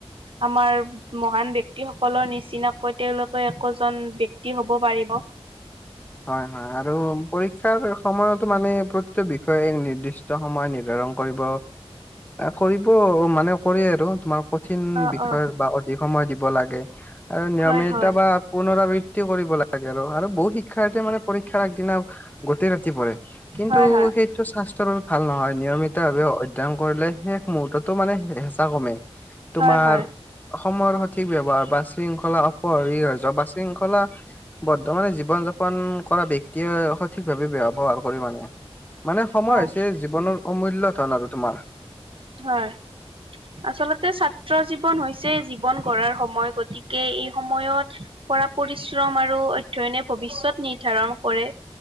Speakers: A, on the right; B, on the left.
A: আমাৰ মহান- ব্যক্তিসকলৰ নিচিনাকৈ তেওঁলোকে একোজন ব্যক্তি হ'ব পাৰিব।
B: হয় হয় আৰু পৰীক্ষাৰ সময়তো মানে প্ৰতিটো বিষয়ে এক নিৰ্দিষ্ট সময় নি কৰিব কৰিব মানে কৰে আৰু তোমাৰ কঠিন
A: অ',
B: বিষয়ত
A: অ',
B: বা অধিক সময় দিব লাগে। আৰু নিয়মিতা
A: হয়, হয়।
B: বা পুনৰাবৃত্তি কৰিব লাগে আৰু আৰু বহুত শিক্ষা মানে পৰীক্ষাৰ একদিনা গোটেই ৰাতি পঢ়ে। কিন্তু
A: হয়, হয়,
B: সেইটো স্বাস্থ্যৰ বাবে ভাল নহয় নিয়মিতভাৱে- কৰিলে শেষ মুহৰ্ততটো মানে হেঁচা কমে। তোমাৰ
A: হয়, হয়,
B: সময়ৰ সঠিক ব্যৱহাৰ বা শৃংখলা প জবা শৃংখলা বদ্ধমানে জীৱন জাপন কৰা ব্যক্তিয়ে সঠিকভাৱে বৱহাৰ কৰি মানে। মানে সময়
A: হয়,
B: হৈছে জীৱনৰ অমূল্য ধন আৰু তোমাৰ।
A: হয়। আচলতে ছাত্ৰ জীৱন হৈছে জীৱন গঢ়াৰ সময় গতিকে এই সময়ত কৰা পৰিশ্ৰম আৰু অধ্যয়নে ভৱিষয়ত নিৰ্ধাৰণ কৰে।